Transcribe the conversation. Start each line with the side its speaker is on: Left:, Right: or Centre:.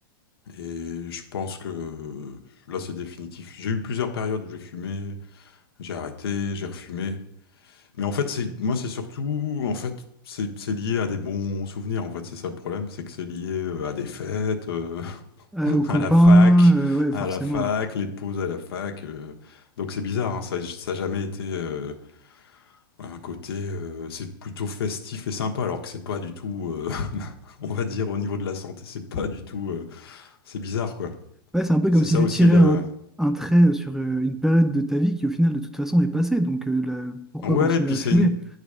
Left: Et je pense que euh, là, c'est définitif. J'ai eu plusieurs périodes où j'ai fumé, j'ai arrêté, j'ai refumé. Mais en fait, c'est moi, c'est surtout, en fait, c'est c'est lié à des bons souvenirs. En fait, c'est ça le problème, c'est que c'est lié euh, à des fêtes, euh,
Centre: Euh, aux
Left: <laughs>
Centre: copains,
Left: à la fac,
Centre: euh, ouais,
Left: à
Centre: forcément.
Left: la fac, les pauses à la fac. euh. Donc c'est bizarre, hein, ça, ça a jamais été euh, un côté. euh, c'est plutôt festif et sympa, alors que c'est pas du tout. euh, <laughs> on va dire au niveau de la santé, c'est pas du tout. euh, c'est bizarre, quoi.
Centre: Ouais, c'est un peu comme
Left: C'est
Centre: si
Left: ça
Centre: tu
Left: aussi
Centre: tirais
Left: le.
Centre: un, un trait euh, sur euh, une période de ta vie qui, au final, de toute façon, est passée. Donc, euh, la- pourquoi
Left: Ouais,
Centre: continuer
Left: et puis
Centre: à
Left: c'est
Centre: fumer?
Left: une-